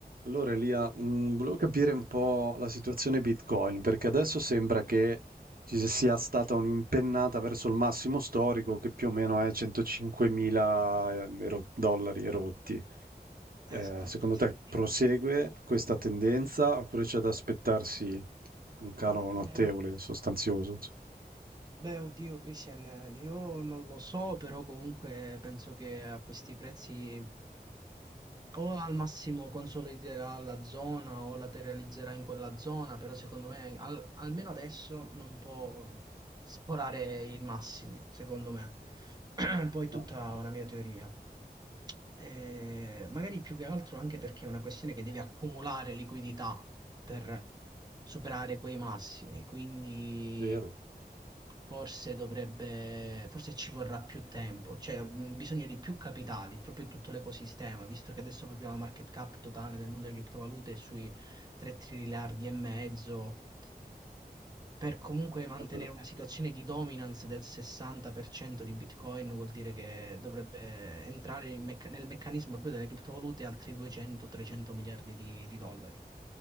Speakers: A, on the right; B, on the right.
A: Allora, Elia, mh, volevo capire un po' la situazione Bitcoin, perché adesso sembra che ci sia stata un'impennata verso il massimo storico, che più o meno è 105.000 eh, ero- dollari erotti.
B: Esatto,
A: Eh, secondo
B: sì.
A: te prosegue questa tendenza oppure c'è da aspettarsi un calo
B: Eh,
A: notevole, sostanzioso? insomma?
B: beh, oddio, Christian, eh, io non lo so, però comunque penso che a questi prezzi o al massimo consoliderà la zona o la realizzerà in quella zona, però secondo me al- almeno adesso non può sforare i massimi, secondo me. <clears throat> Poi tutta
A: Ah,
B: una mia teoria. Eh, magari più che altro anche perché è una questione che deve accumulare liquidità per superare quei massimi, quindi
A: vero.
B: forse dovrebbe, forse ci vorrà più tempo, cioè mh, bisogno di più capitali, proprio in tutto l'ecosistema, visto che adesso proprio la market cap totale del mondo delle criptovalute è sui 3 triliardi e mezzo per comunque mantenere
A: Ah, però.
B: una situazione di dominance del 60% di Bitcoin vuol dire che dovrebbe entrare in mecca- nel meccanismo proprio delle criptovalute altri 200-300 miliardi di, di dollari.